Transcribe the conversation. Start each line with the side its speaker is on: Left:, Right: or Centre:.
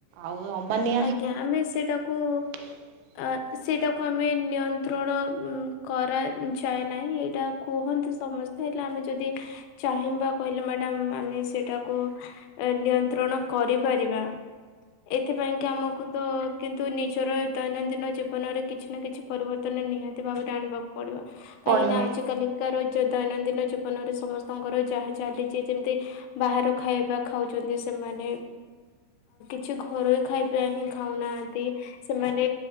Right: ଆଉ ଅମ୍ବାନି
Left: ଆଜ୍ଞା ଆମେ ସେଇଟାକୁ
Right: <inaudible>
Left: ଅ ସେଇଟାକୁ ଆମେ ନିୟନ୍ତ୍ରଣ ଉଁ କରାଯାଏ ନାହିଁ। ଏଇଟା କୁହନ୍ତି ସମ ତାହେଲେ ଆମେ ଯଦି ଚାହିଁବା କହିଲେ ମ୍ୟାଡାମ ଆମେ ସେଇଟାକୁ ଏ ନିୟନ୍ତ୍ରଣ କରିପାରିବା ଏଥିପାଇଁ କି ଆମକୁ ତ କିନ୍ତୁ ନିଜର ଦୈନନ୍ଦିନ ଜୀବନରେ କିଛି ନା କିଛି ପରିବର୍ତ୍ତନ ନିହାତି ଭାବରେ ଆଣିବାକୁ ପଡିବ କାହିଁକି
Right: ପଡ଼ିବ। ପଡ଼ିବ।
Left: ନା ଆଜିିକାଲି ଦୈନନ୍ଦିନ ଜୀବନରେ ସମସ୍ତଙ୍କର ଯାହା ଚାଲିଛି ଯେମତି ବାହାର ଖାଇବା ଖାଉଛନ୍ତି ସେମାନେ କିଛି ଘରୋଇ ଖାଇବା ହିଁ ଖାଉନାହାନ୍ତି ସେମାନେ